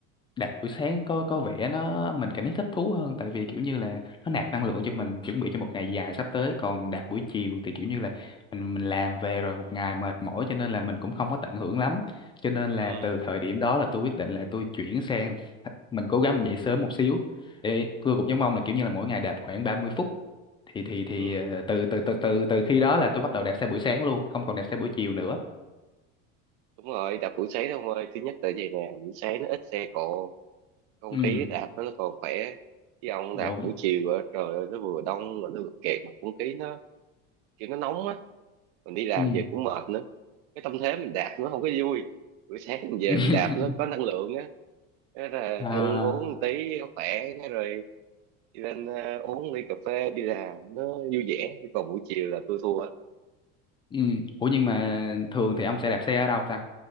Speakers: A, on the left; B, on the right.
A: đạp buổi sáng có có vẻ nó mình cảm thấy thích thú hơn tại vì kiểu như là nó nạp năng lượng cho mình chuẩn bị cho một ngày dài sắp tới còn đạp buổi chiều thì kiểu như là mình mình làm về rồi một ngày mệt mỏi cho nên là mình cũng không có tận hưởng lắm cho nên là
B: ừ,
A: từ thời điểm đó là tôi quyết định là tôi chuyển sang mình cố gắng mình dậy sớm một xíu để tôi cũng giống ông là kiểu như là mỗi ngày đạp khoảng ba mươi phút thì thì thì
B: ừ.
A: ờ, từ từ từ từ từ khi đó là tôi bắt đầu đạp xe buổi sáng luôn không còn đạp xe buổi chiều nữa
B: đúng rồi đạp buổi sáng ông ơi thứ nhất là vậy nè buổi sáng nó ít xe cộ không
A: ừ
B: khí đạp nó còn khỏe chứ ông
A: đúng
B: đạp buổi chiều á trời ơi nó vừa đông rồi nó vừa kẹt mà không khí nó kiểu nó nóng á mình đi làm
A: ừ
B: về cũng mệt nữa cái tâm thế mình đạp nó không có vui buổi sáng mình về
A: <laughs>
B: mình đạp nó có năng lượng á thế là
A: Ờ,
B: ăn uống một tí nó khỏe thế rồi đi lên ờ, uống ly cà phê đi làm nó vui vẻ còn buổi chiều là tôi thua á.
A: Ừ. Ủa nhưng mà thường thì ông sẽ đạp xe ở đâu ta?